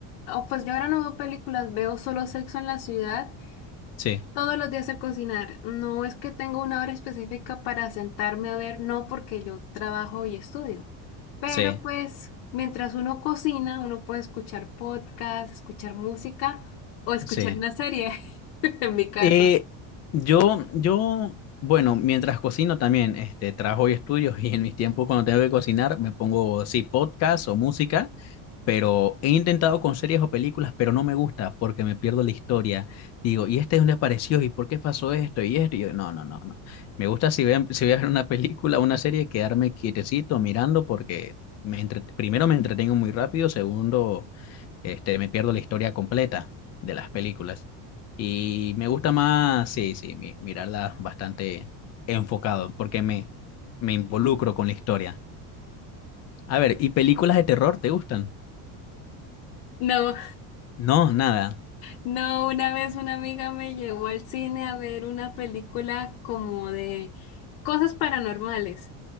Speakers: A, on the left; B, on the left.
A: oh, pues yo ahora no veo películas, veo solo Sexo en la Ciudad
B: Sí,
A: todos los días a cocinar. No es que tengo una hora específica para sentarme a ver, no porque yo trabajo y estudio. Pero
B: sí,
A: pues mientras uno cocina, uno puede escuchar podcast, escuchar música o escuchar
B: sí.
A: una serie, <laughs> en mi caso.
B: Eh, yo, yo, bueno, mientras cocino también, este, trabajo y estudios <laughs> y en mis tiempos cuando tengo que cocinar me pongo, sí, podcast o música, pero he intentado con series o películas, pero no me gusta porque me pierdo la historia. Digo, ¿y este dónde apareció? ¿Y por qué pasó esto? Y esto, y yo, no, no, no, no. Me gusta si voy a- si voy a ver una película o una serie, quedarme quietecito mirando porque me entre- primero me entretengo muy rápido, segundo este, me pierdo la historia completa de las películas. Y me gusta más, sí, sí, mi- mirarlas bastante enfocado, porque me, me involucro con la historia. A ver, ¿y películas de terror te gustan?
A: No,
B: No, nada.
A: No, una vez una amiga me llevó al cine a ver una película como de cosas paranormales